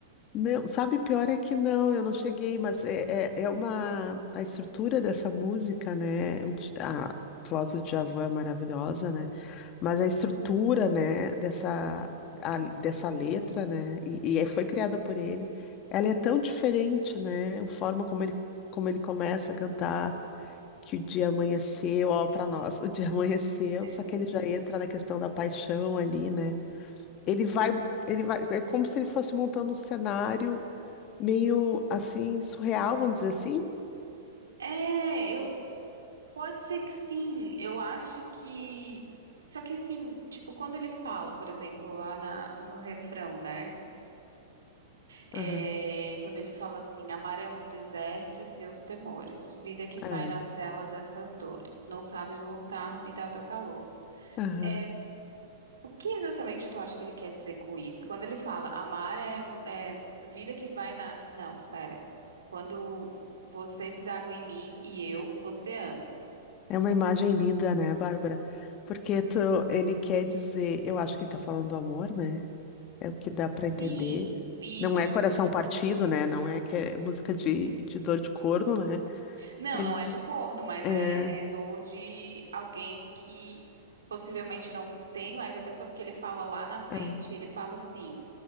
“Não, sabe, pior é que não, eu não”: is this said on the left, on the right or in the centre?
Left